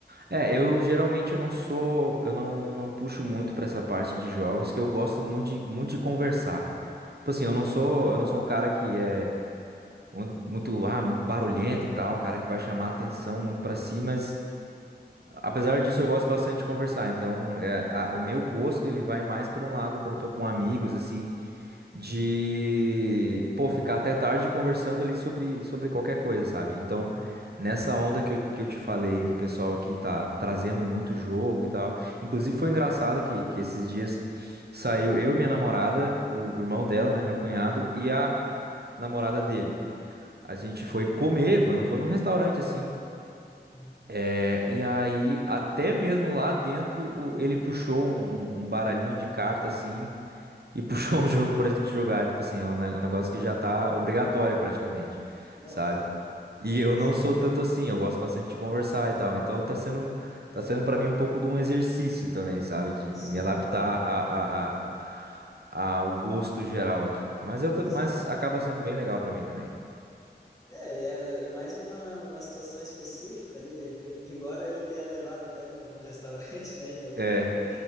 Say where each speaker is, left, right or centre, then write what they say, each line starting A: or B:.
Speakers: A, on the right; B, on the left.
A: É, eu geralmente eu não sou, eu não, não puxo muito pra essa parte de jogos, que eu gosto muito de, muito de conversar. Tipo assim,
B: Uhum,
A: eu não sou, eu não sou um cara que é muito, muito, ah, muito barulhento e tal, cara que vai chamar atenção muito pra si, mas apesar
B: uhum,
A: disso eu gosto bastante de conversar. Então, é, a-
B: sim.
A: o meu gosto ele vai mais pra um lado quando eu tô com amigos assim, de, pô, ficar até tarde conversando ali sobre, sobre qualquer coisa, sabe? Então,
B: Uhum,
A: nessa onda que eu, que eu te falei do pessoal que tá trazendo muito jogo e tal. Inclusive, foi engraçado que, que esses dias saiu eu, minha namorada, o irmão dela, né, meu cunhado, e a namorada dele. A gente foi comer, foi, não foi num restaurante assim.
B: uhum.
A: É, e aí, até mesmo lá dentro, o- ele puxou um, um um baralhinho de carta assim e <laughs> puxou um jogo pra gente jogar. Tipo assim, é um, ne- um negócio que já tá obrigatório praticamente,
B: Não,
A: sabe? E eu
B: Sim,
A: não sou tanto assim, eu gosto bastante de conversar e tal. Então tá sendo, um- tá sendo para mim um pouco de um exercício também, sabe? De,
B: sim,
A: de me adaptar a, a, a- ao gosto geral aqui. Mas, eu, ta-
B: sim.
A: mas acaba sendo bem legal pra mim também.
B: É, é, é mais uma, uma situação específica ali, de repente, <laughs> embora ele tenha levado até no, no restaurante, né? Daí já
A: É,
B: é ruim.